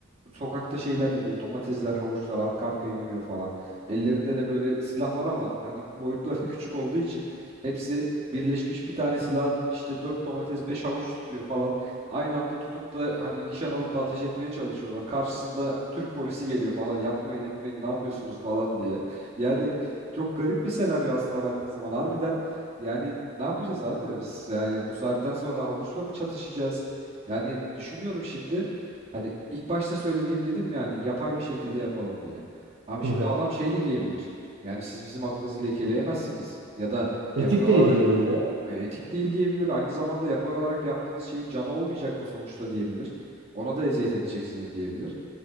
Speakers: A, on the right; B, on the right.
A: Sokakta şeyler yürüyor. Domatesler, havuçlar arka arkaya yürüyor falan. Ellerinde de böyle silah var ama hani boyutları <laughs> küçük olduğu için hepsi birleşmiş bir tane silah işte 4 domates 5 havuç tutuyor falan. Aynı anda tutup da hani nişan alıp da ateş etmeye çalışıyorlar. Karşısında Türk polisi geliyor falan. Yapmayın etmeyin ne yapıyorsunuz falan diye. Yani çok garip bir senaryo aslına baktığın zaman. Harbiden yani ne yapacağız abi? Biz yani bu saatten sonra havuçla mı çatışacağız? Yani düşünüyorum şimdi hani ilk başta söylediğim dedim yani yapay bir şekilde yapalım diye. Abi
B: <laughs>
A: şimdi adam şey de diyebilir. Yani siz bizim adımızı lekeleyemezsiniz ya da
B: Etik
A: yapay olarak
B: değil diyebilir
A: e, etik değil diyebilir. Aynı zamanda yapay olarak yaptığınız şeyin canı olmayacak mı sonuçta diyebilir. Ona da eziyet edeceksiniz diyebilir.